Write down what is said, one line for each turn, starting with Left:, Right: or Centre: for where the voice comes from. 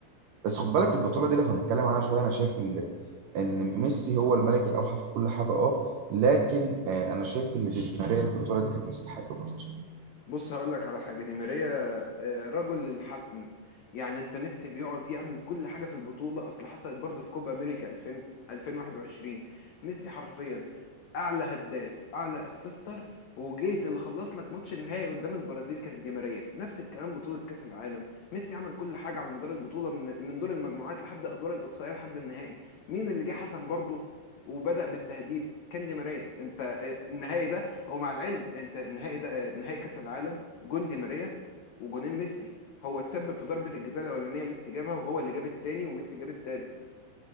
Right: بس خد بالك البطولة دي لو هنتكلم عنها شوية انا شايف ال- ان ميسي هو الملك الاوحد في كل حاجة اه لكن آه، انا شايف ان دي ماريا البطولة دي كان يستحق برضه
Left: بص هقول لك على حاجة دي ماريا آه، رجل الحسم يعني انت ميسي بيقعد يعمل كل حاجة في البطولة اصل حصلت برضه في كوبا امريكا 2000 2021 ميسي حرفيا اعلى هداف اعلى اسيستر وجيت اللي خلص لك ماتش النهائي قدام البرازيل كان دي ماريا نفس الكلام بطولة كأس العالم ميسي عمل كل حاجة على مدار البطولة من من دور المجموعات لحد ادوار الاقصائية لحد النهائي مين اللي جه حسن برضه وبدأ بالتهديف كان دي ماريا انت آه، النهائي ده هو مع العلم انت النهائي ده آه، نهائي كأس العالم جون دي ماريا وجونين ميسي هو اتسبب في ضربة الجزاء الأولانية ميسي جابها وهو اللي جاب التاني وميسي جاب التالت